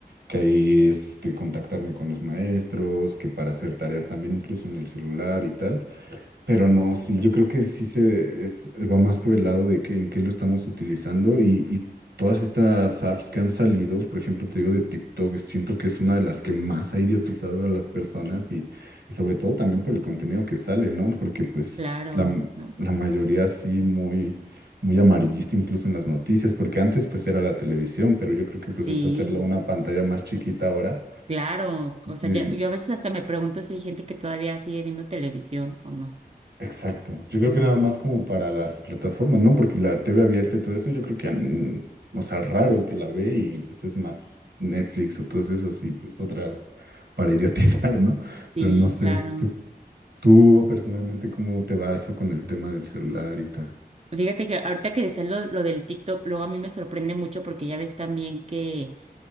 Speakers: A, on the right; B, on the right.
A: que ahí este, contactarme con los maestros, que para hacer tareas también incluso en el celular y tal. Pero no, sí, yo creo que sí se es- va más por el lado de que en qué lo estamos utilizando y, y todas estas apps que han salido, por ejemplo, te digo de TikTok, siento que es una de las que más ha idiotizado a las personas y, y sobre todo también por el contenido que sale, ¿no? Porque pues
B: claro,
A: la, m-
B: ¿no?
A: la mayoría sí muy, muy amarillista incluso en las noticias, porque antes pues era la televisión, pero yo creo que pues
B: Sí,
A: es hacerla una pantalla más chiquita ahora.
B: claro. O sea,
A: Sí,
B: ya- yo a veces hasta me pregunto si hay gente que todavía sigue viendo televisión o no.
A: Exacto. Yo creo que nada más como para las plataformas, ¿no? Porque la TV abierta y todo eso, yo creo que, mm, o sea, raro el que la ve y pues es más Netflix o todas esas y pues otras para idiotizar, ¿no?
B: Sí,
A: Pero no sé,
B: claro.
A: tú, tú personalmente, ¿cómo te va eso con el tema del celular y tal?
B: Fíjate que ahorita que decías lo, lo del TikTok, luego a mí me sorprende mucho porque ya ves también que